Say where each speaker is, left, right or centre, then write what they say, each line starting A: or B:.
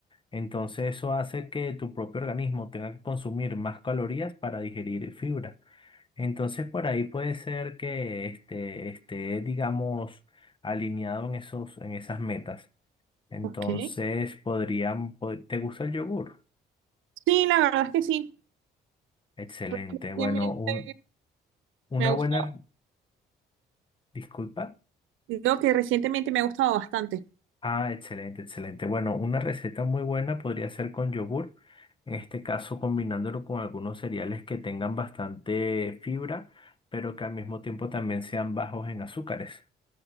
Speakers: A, on the left; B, on the right.
A: Entonces eso hace que tu propio organismo tenga que consumir más calorías para digerir fibra. Entonces por ahí puede ser que este, esté, digamos, alineado en esos, en esas metas. Entonces
B: Ok.
A: podrían, po- ¿te gusta el yogur?
B: Sí, la verdad es que sí.
A: Excelente.
B: Recientemente
A: Bueno, un, una
B: me ha
A: buena,
B: gustado.
A: disculpa.
B: No, que recientemente me ha gustado bastante.
A: Ah, excelente, excelente. Bueno, una receta muy buena podría ser con yogur. En este caso, combinándolo con algunos cereales que tengan bastante fibra, pero que al mismo tiempo también sean bajos en azúcares.